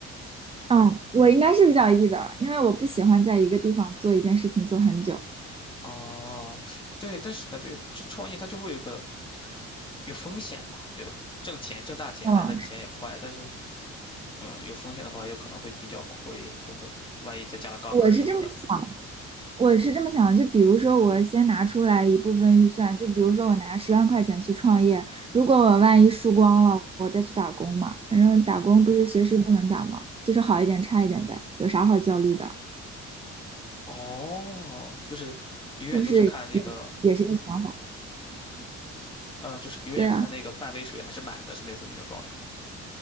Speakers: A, on the right; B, on the left.
A: 嗯，我应该是比较 E 的，因为我不喜欢在一个地方做一件事情做很久。
B: 哦，对，但是感觉这创业它就会有一个有风险嘛，对吧？挣钱挣大钱来的钱也快，
A: 嗯，
B: 但是嗯，有风险的话有可能会比较亏，就会万一再加了杠杆儿什么的。
A: 我是这么想，我是这么想的就比如说，我先拿出来一部分预算，就比如说我拿十万块钱去创业，如果我万一输光了，我再去打工嘛。反正打工不是随时都能打嘛，就是好一点差一点呗，有啥好焦虑的？
B: 哦，就是永远都是看那个，
A: 是不是也也是个想法？
B: 呃，就是永远看那个半杯水还是满的，
A: 对啊。
B: 是类似那种状态吗？